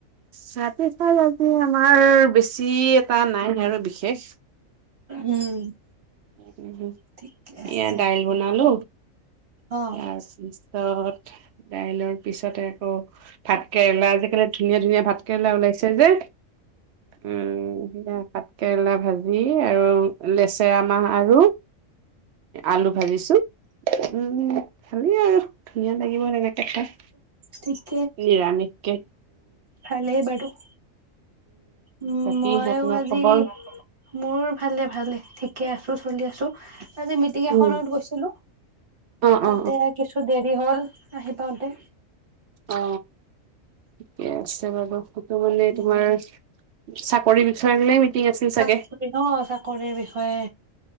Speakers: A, on the right; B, on the right.
A: চাত। পিছফাল ৰাতি আমাৰ বেছি এটা নাই আৰু বিশেষ,
B: উম
A: উঃ উঃ,
B: ঠিকে আছে
A: এয়া দাইল বনালো।
B: অ
A: তাৰ পিছত দাইলৰ। পিছতে আকৌ। ভাত কেৰেলা আজিকালি ধুনীয়া ধুনীয়া ভাত কেৰেলা ওলাইছে যে, উম ভাত কেৰেলা ভাজি আৰু লেচেৰা মাহ আৰু। আলু ভাজিছো, উ। ভালে আৰু ধুনীয়া লাগিব এনেকে খাই
B: থিক।
A: ইৰাণীক কে
B: ভালে বাৰু উম
A: বাকী
B: মইও
A: আপোনাৰ
B: আজি
A: খবৰ
B: মোৰ ভালে ভালে ঠিক ঠিকে আছোঁ চলি আছোঁ আজি মিটিং এখনত
A: উম
B: গৈছিলো
A: অ
B: তাতে
A: অ
B: কিছু দেৰি হ'ল আহি পাওতে
A: অ ঠিকে আছে বাৰু সেইটো মানে
B: উম
A: তোমাৰ চাকৰি বিষয়ালে মিটিং আছিল
B: চাকৰি
A: চাগে
B: ন চাকৰিৰ বিষয়ে